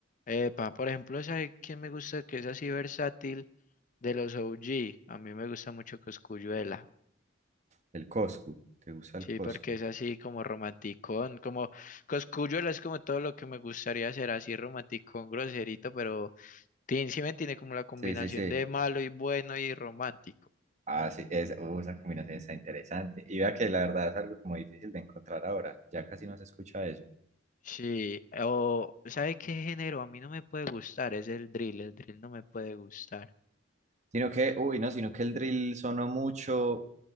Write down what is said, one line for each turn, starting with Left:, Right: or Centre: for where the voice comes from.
Left: Epa, por ejemplo, ¿sabe quién me gusta que es así versátil? De los OG, a mí me gusta mucho Cosculluela.
Right: El Coscu. ¿Te gusta el
Left: Sí,
Right: Coscu?
Left: porque es así como romanticón, como Cosculluela es como todo lo que me gustaría ser, así romanticón, groserito, pero tiene, sí me tiene como la combinación
Right: Sí, sí, sí.
Left: de malo y bueno y romántico.
Right: Ah, sí. Es, uh, esa combinación está interesante. Y vea que la verdad es algo como difícil de encontrar ahora. Ya casi no se escucha eso.
Left: Sí, o ¿sabe qué género? A mí no me puede gustar, es el drill, el drill no me puede gustar.
Right: Sino que, uy, no, sino que el drill sonó mucho